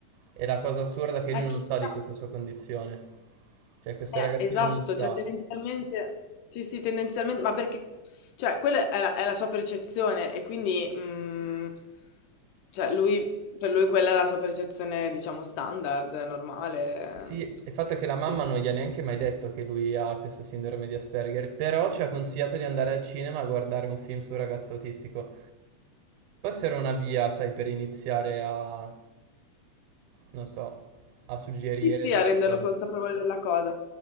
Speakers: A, on the right; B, on the left.
A: E la cosa assurda è che
B: Eh,
A: lui non
B: chissà,
A: sa di questa sua condizione. Cioè, questo
B: eh,
A: ragazzino
B: esatto,
A: non sa.
B: cioè tendenzialmente, sì, sì, tendenzialmente, ma perché, cioè, quella è la, è la sua percezione e quindi, mm, cioè, lui, per lui quella è la sua percezione, diciamo, standard, normale,
A: Sì, il fatto è che
B: eh,
A: la
B: sì.
A: mamma non gli ha neanche mai detto che lui ha questa sindrome di Asperger, però ci ha consigliato di andare al cinema a guardare un film sul ragazzo autistico. Può essere una via, sai, per iniziare a, non so, a suggerire
B: Sì, sì,
A: delle
B: a renderlo
A: cose.
B: consapevole della cosa.